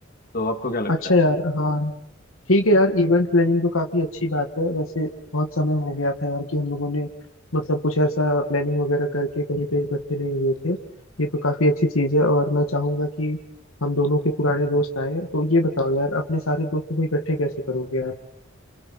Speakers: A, on the left (about 45°); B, on the left (about 80°).
A: तो आपको क्या लगता
B: अच्छा
A: है
B: यार हाँ ठीक है यार इवेंट प्लानिंग तो काफी अच्छी बात है वैसे बहुत समय हो गया था यार कि हम लोगों ने मतलब कुछ ऐसा प्लानिंग वगैरह करके कहीं पे इकट्ठे नहीं हुए थे ये तो काफी अच्छी चीज है और मैं चाहूंगा कि हम दोनों के पुराने दोस्त आए तो ये बताओ यार अपने सारे दोस्तों को इकट्ठे कैसे करोगे आप